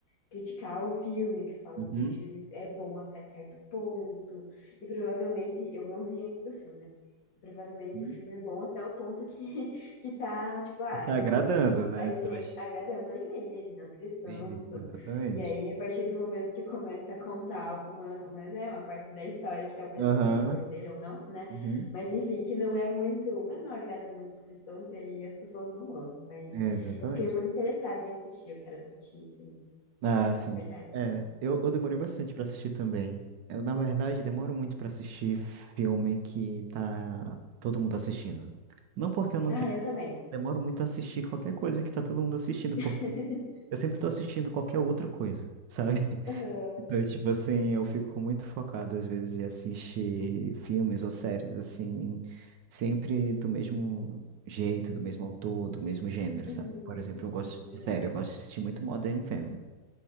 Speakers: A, on the left; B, on the right.
A: criticar o filme, que fala
B: Uhum.
A: que o filme é bom até certo ponto, e provavelmente, eu não vi ainda o filme, né? Provavelmente
B: Uhum.
A: o filme é bom até o ponto que, <laughs> que tá, tipo, ah,
B: E tá
A: levando
B: agradando, né?
A: a igreja,
B: Mas...
A: agradando a igreja, né, os cristãos
B: Isso,
A: e tudo.
B: exatamente.
A: E aí, a partir do momento que começa a contar uma, uma, né, uma parte da história que talvez,
B: Aham.
A: não sei se é verdadeira ou não, né?
B: Uhum.
A: Mas enfim, que não é muito, né, não agrada muito os cristãos e aí as pessoas não gostam. Mas
B: É, Exatamente.
A: eu fiquei muito interessada em assistir, eu quero assistir, sim.
B: Ah, sim.
A: É verdade,
B: É,
A: das...
B: eu, eu demorei bastante pra assistir também. Eu, na verdade, demoro muito pra assistir filme que tá todo mundo assistindo. Não porque eu não
A: Ah,
B: quero,
A: eu também.
B: demoro muito a assistir qualquer coisa que tá todo mundo assistindo, porque
A: <laughs>
B: eu sempre tô assistindo qualquer outra coisa, sabe?
A: Aham.
B: Então, tipo assim, eu fico muito focado às vezes em assistir filmes ou séries, assim, sempre do mesmo jeito, do mesmo autor, do mesmo gênero,
A: Uhum.
B: sabe? Por exemplo, eu gosto
A: O Mesmo
B: de
A: gênero.
B: série, eu gosto de assistir muito Modern Family.